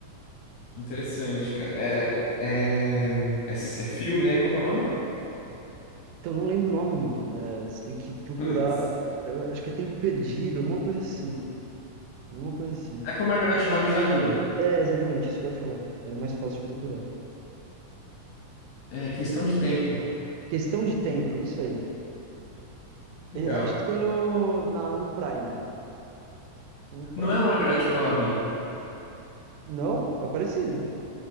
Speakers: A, on the left; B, on the right.
A: Interessante, cara. É, é, é, é filme, né? E Qual que é o nome?
B: Então, não lembro o nome, mano. É, você tem que procurar.
A: Putz.
B: Eu acho que é Tempo Perdido, alguma coisa assim. Alguma coisa assim.
A: É que o Margaret Robbie já ajuda.
B: É, exatamente, isso que eu ia falar. É mais fácil de procurar.
A: É questão de tempo.
B: Questão de tempo, isso aí.
A: Legal.
B: E acho que tem no, na, no Prime. Tem no Prime.
A: Não é a Margaret Robbie.
B: Não? É parecido.